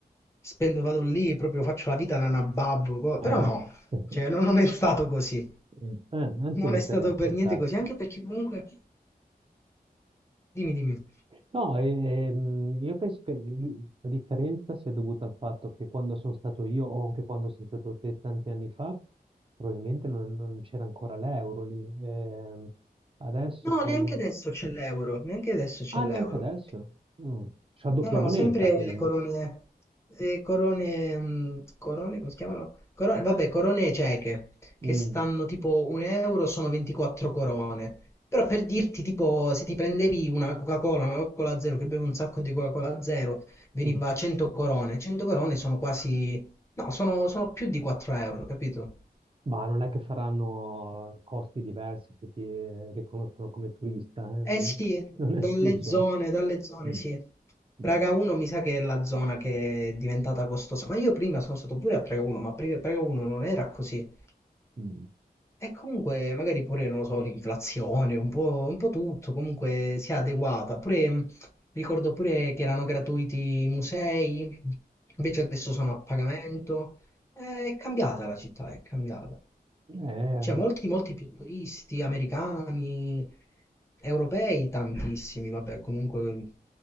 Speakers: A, on the left (about 15°); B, on the right (about 35°).
A: spendo, vado lì, proprio faccio la vita nana babbo, co- però
B: <laughs>
A: no, cioè no- non è stato così,
B: Eh, anche
A: non
B: io mi
A: è stato
B: sarei aspettato
A: per niente così, anche perché comunque, dimmi, dimmi,
B: No, e- ehm, io penso che l- la differenza sia dovuta al fatto che quando sono stato io o anche quando sei stato te tanti anni fa, probabilmente non, non c'era ancora l'euro lì. Ehm, adesso
A: no,
B: con
A: neanche
B: le...
A: adesso c'è l'euro, neanche adesso c'è
B: Ah,
A: l'euro,
B: neanche adesso? Mm. C'è la doppia
A: No, no,
B: moneta,
A: sempre
B: quindi.
A: le corone, le corone, mh, corone, come si chiamano? Corone, vabbè, corone cieche, che
B: Mm,
A: stanno tipo un euro, sono 24 corone. Però per dirti, tipo, se ti prendevi una Coca-Cola, una Coca-Cola zero, che bevi un sacco di Coca-Cola zero, veniva
B: mm.
A: a 100 corone. 100 corone sono quasi... No, sono, sono più di 4 euro, capito?
B: Ma non è che faranno costi diversi se ti eh, riconoscono come turista, eh?
A: Eh sì,
B: Non
A: dalle
B: è escluso,
A: zone, dalle zone
B: eh? Mm,
A: sì. Praga
B: mm,
A: 1 mi sa che è la zona che è diventata costosa, ma io prima sono stato pure a Praga 1, ma pre- Praga 1 non era così.
B: mm,
A: E comunque magari pure, non lo so, l'inflazione, un po', un po' tutto, comunque si è adeguata. Pure, mh, ricordo pure che erano gratuiti i musei, invece adesso sono a pagamento. Eh, È cambiata la città, è cambiata.
B: mm. Eh,
A: Cioè, molti, molti futuristi americani, europei, tantissimi, vabbè, comunque